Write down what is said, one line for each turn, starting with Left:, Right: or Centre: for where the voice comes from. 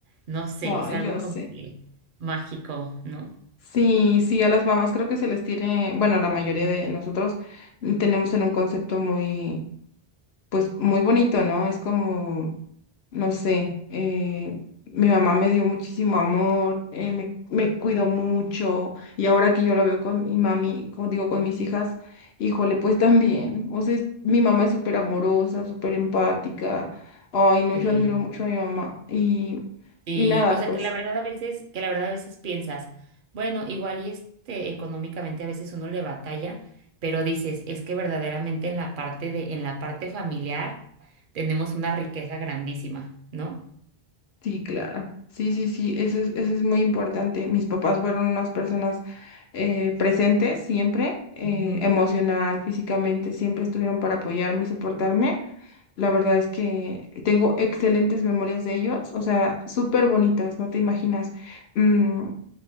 Right: no sé,
Left: Ay,
Right: es algo
Left: yo
Right: como
Left: sé.
Right: que mágico, ¿no?
Left: Sí, sí, a las mamás creo que se les tiene, bueno, la mayoría de nosotros mm, tenemos en un concepto muy, pues muy bonito, ¿no? Es como, no sé, eh, mi mamá me dio muchísimo amor, eh, me, me cuidó mucho y ahora que yo lo veo con mi mami, como digo, con mis hijas, híjole, pues también, o sea, es- mi mamá es súper amorosa, súper empática, ay, no,
Right: Sí.
Left: yo admiro mucho a mi mamá y,
Right: Sí,
Left: y nada,
Right: o sea
Left: pues...
Right: que la verdad a veces, que la verdad a veces piensas, bueno, igual y este económicamente a veces uno le batalla, pero dices, es que verdaderamente en la parte de, en la parte familiar tenemos una riqueza grandísima, ¿no?
Left: Sí, claro. Sí, sí, sí, eso es, eso es muy importante. Mis papás fueron unas personas eh, presentes siempre, eh,
Right: Ujú.
Left: emocional, físicamente, siempre estuvieron para apoyarme y soportarme. La verdad es que tengo excelentes memorias de ellos, o sea, súper bonitas, no te imaginas. Mm,